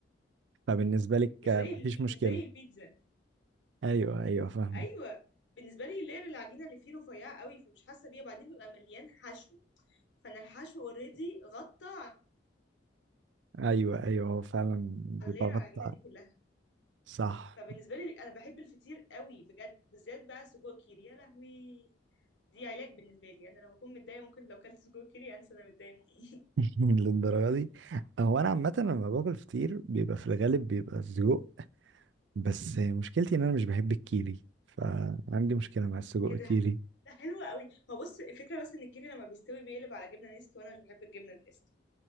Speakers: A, on the right (about 75°); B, on the left (about 75°).
A: فبالنسبة لك
B: مش
A: آه،
B: زي
A: مفيش
B: ال-
A: مشكلة
B: مش زي البيتزا
A: ايوه ايوه فاهمك
B: ايوه بالنسبه لي لاير العجينه اللي فيه رفيعه قوي فمش حاسه بيها وبعدين بيبقى مليان حشو فانا الحشو اوريدي غطى
A: ايوه ايوه هو فعلا بيبقى
B: على لاير
A: غطى
B: العجينه دي كلها
A: صح
B: فبالنسبه لي انا بحب الفطير قوي بجد بالذات بقى سجق كيري يا لهوي دي علاج بالنسبه لي انا لما اكون متضايقه ممكن لو كلت سجق كيري انسى انا متضايقه من ايه
A: <laughs> للدرجة دي هو انا عامة لما باكل فطير بيبقى في الغالب بيبقى سجق بس مشكلتي ان انا مش بحب الكيري فعندي مشكلة مع السجق
B: ايه
A: كيري
B: ده ده حلو قوي هو بص الفكره بس ان الكيري لما بيستوي بيقلب على جبنه نستو وانا مش بحب الجبنه النستو